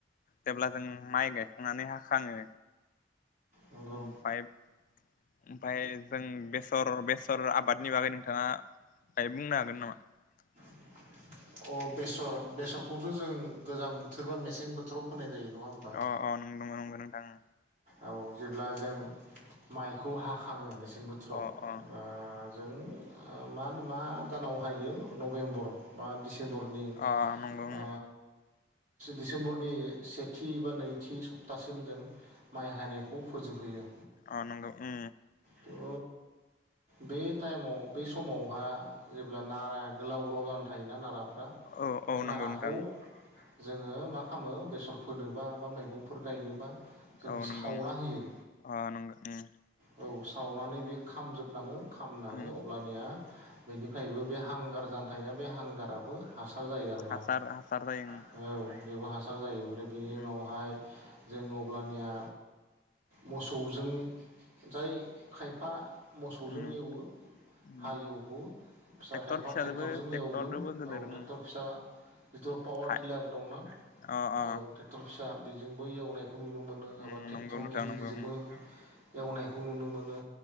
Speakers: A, on the left; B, on the right.
A: जेब्ला जों माइ गायखांनानै हाखाङो
B: नंगौ
A: ओमफाय ओमफाय जों बेसर बेसर आबादनि बागै नोंथाङा बाय बुंनो हागोन नामा?
B: <inaudible> अ बेसर बेसरखौ जों गोजां बोथोर बा मेसें बोथोर बोथोराव फोनाय जायो। नङा होमबा
A: अ अ नोंगौ नंगौ नोंथां उम।
B: औ जेब्ला जों माइखौ हाखाङो नोंसोर बेसें बोथोराव
A: अ अ
B: ओ जों मा होन मा दानाव हायो नभेम्बर। बा डिसेम्बरनि
A: अ नंगौ
B: ओ दिसेम्बर नि सेथि बा नैथि सप्तासिम जों माइ हायनायखौ फोजोबहोयो।
A: अ नंगौ उम।
B: थ बे टाइमाव बे समावहा जेब्ला नारा गोलाव गोलाव जाना थायोना नाराफ्रा
A: औ
B: बे
A: औ
B: नाराखौ
A: नंगौ नोंथां
B: जोङो मा खामो बेसर फोनोबा बा मैगंफोर गायनोबा जों
A: औ नंगौ
B: सावना
A: उम
B: होयो
A: अ नंगौ उम।
B: औ सावनानै बे खामजोबलाङो खामनानै
A: उम
B: अब्लानिया बेनिफ्रायबो बे हांगार जानो थायना। बे हांगाराबो हासार जायो आरोना
A: हासार
B: हासार‌
A: हासार जायो
B: <unintelligible> औ बेबो हासा जायो। आरो बिनि
A: ओं
B: उनावहाय जों अब्लानिया मोसौजों जाय खायफा मोसौजों
A: उम
B: एवो
A: उम
B: हाल
A: उम
B: एवहो फिसा
A: ट्रेक्टर
B: खायफा
A: फिसाजोबो
B: ट्रेक्टरजों
A: ट्रेक्टरजोंबो
B: एवगोन
A: गिदिर
B: औ
A: उम
B: ट्रेक्टर फिसा जिथु पावार
A: हा
B: टिलार दंना।
A: अ अ
B: औ टेक्टर फि बेजोंबो एवनाय खो नुनो मोनो
A: उम
B: एबा टेक्टराव
A: नंगौ नोंथां
B: गिदिरजोंबो
A: नंगौ उम
B: एवनायखौ नुनो मोनो।